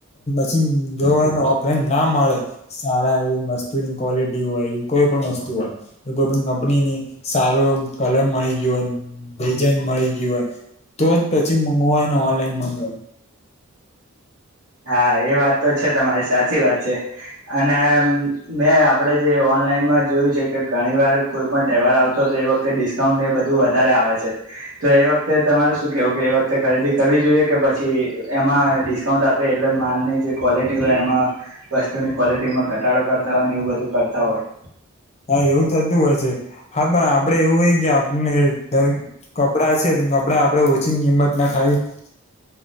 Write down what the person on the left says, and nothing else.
જીન ઓન ઓફલાઈન ના મળે સારા એવી વસ્તુની કો્લિટી હોય કોઈ પણ વસ્તુ કોઈ પણ કંપની ની સારો કલર મળી ગયયો હોય ડિઝઇન મળી ગય હોય. તો જ પછી મંગવા ને ઓનલાઈન મગાવ.
હા એવું થતું હોય છે હા પણ આપડે એવું હોય કે આપને કપડા છે કપડા આપડે ઓ. <unintelligible>